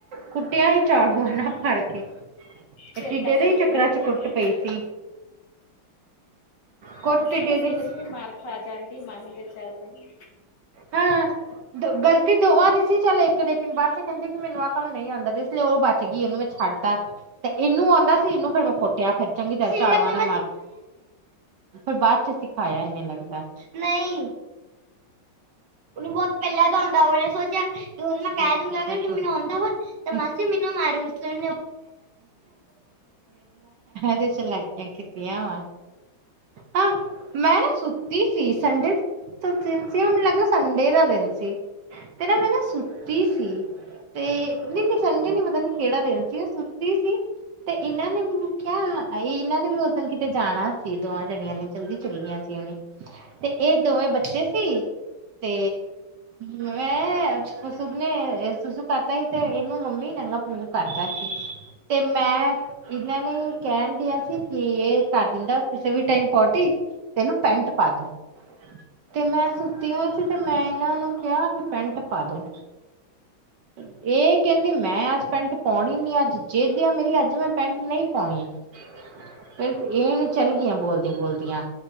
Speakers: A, on the right; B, on the left.
A: ਕੁੱਟਿਆ ਹੀ ਚਾੜੂਆਂ ਨਾਲ ਫੜ ਕੇ।
B: ਚੇਤਾ
A: ਟਿੱਡੇ ਦੇ
B: ਭੁੱਲ
A: ਹੀ ਚੱਕਰਾਂ
B: ਗਿਆ
A: ਚ
B: ਹੁਣ।
A: ਕੁੱਟ
B: ਏਦਾਂ
A: ਪਈ ਸੀ ਕੁੱਟ ਟਿੱਡੇ
B: ਹੀ ਤੇ, ਸੀਰਤ
A: ਦੇ
B: ਵੀ ਮਾਰ ਖਾ ਜਾਂਦੀ ਮਾਹੀ ਦੇ ਚਲਦੇ।
A: ਹਮ। ਦ ਗਲਤੀ ਦੋਵਾਂ ਦੀ ਸੀ, ਚੱਲ ਇੱਕ ਲੇਕਿਨ ਬਾਅਦ ਚ ਕਹਿੰਦੀ, ਕਿ ਮੈਨੂੰ ਆ ਕੰਮ ਨਹੀਂ ਆਉਂਦਾ। ਇਸ ਲਈ ਉਹ ਬਚ ਗਈ। ਛੱਡਤਾ ਤੇ ਇਹਨੂੰ ਆਉਂਦਾ ਸੀ ਇਹਨੂੰ ਫਰ ਮੈਂ ਕੁੱਟਿਆ ਫਿਰ ਚੰਗੀ ਤਰ ਚੂਆਂ ਨੇ ਮਾਰਿਆ ਫ ਬਾਅਦ ਚ ਸਿਖਾਇਆ ਇਨੇ ਲੱਗਦਾ ਨਹੀਂ ਉਹਨੂੰ ਬਹੁਤ ਪਹਿਲਾਂ ਤਾਂ ਆਉਂਦਾਾ ਉਹਨੇ ਸੋਚਿਆ ਕਿ ਹੁਣ ਮੈਂ ਕਹਿ ਦੂਗਾ ਮੈਨੂੰ ਆਉਂਦਾ ਵਾ ਤੇ ਮਸੀ ਮੈਨੂੰ ਮਾਰ ਵਿਰ ਕ ਦੇ ਚਲਾਗੀਆਂ ਕੀਤੀਆਂ ਵਾ ਹਾਂ ਮੈਂ ਨਾ ਸੁੱਤੀ ਸੀ ਸੰਡੇ ਦਿਨ ਸੀ ਮੈਨੂੰ ਲੱਗਦਾ ਸੰਡੇ ਦਾ ਦਿਨ ਸੀ ਤੇ ਨਾ ਮੈਂ ਨਾ ਸੁੱਤੀ ਸੀ ਤੇ ਨਹੀਂ ਨਹੀਂ ਸੰਡੇ ਨੀ ਪਤਾ ਨੀ ਕਿਹੜਾ ਦਿਨ ਸੀ ਸੀ ਤੇ ਇਹਨਾਂ ਨੇ ਮੈਨੂੰ ਕਿਹਾ ਇਹ ਇਹਨਾਂ ਨੇ ਵੀ ਉਸ ਦਿਨ ਕਿਤੇ ਜਾਣਾ ਸੀ ਦੋਵਾਂ ਜਣਿਆਂ ਨੇ ਚਲਦੀ ਚੱਲ ਗੀਆਂ ਸੀ ਉਹਣੀ ਤੇ ਇਹ ਦੋਵੇਂ ਬੱਚੇ ਸੀ ਤੇ ਮੈਂ ਸਭ ਨੇ ਸੁਸੂ ਕਰਤਾ ਸੀ। ਤੇ, ਇਹਨੂੰ ਮੰਮੀ ਨੰਗਾ ਪੂੰਰਾ ਕਰਤਾ ਸੀ। ਤੇ, ਮੈਂ ਇਹਨਾਂ ਨੇ ਕਹਿਣ ਡਿਆ ਸੀ ਕਿ ਇਹ ਕਰ ਦਿੰਦਾ ਕਿਸੇ ਵੀ ਟਾਈਮ ਪੋਟੀ ਤੇ ਇਹਨੂੰ ਪੈਂਟ ਪਾ ਦੋ। ਤੇ, ਮੈਂ ਸੁੱਤੀ ਹੋਈ ਸੀ। ਤੇ ਮੈਂ ਇਹਨਾਂ ਨੂੰ ਕਿਹਾ ਕਿ ਪੈਂਟ ਪਾ ਦੋ। ਇਹ ਕਹਿੰਦੀ ਮੈਂ ਅੱਜ ਪੈਂਟ ਪਾਉਣੀ ਨੀ ਅੱਜ ਜਿੱਦ ਆ ਮੇਰੀ ਅੱਜ ਮੈਂ ਪੈਂਟ ਨਹੀਂ ਪਾਉਣੀ ਫਿਰ ਇਹਨ ਚੱਲ ਗਈਆਂ ਬੋਲਦੀ ਬੋਲਦੀਆਂ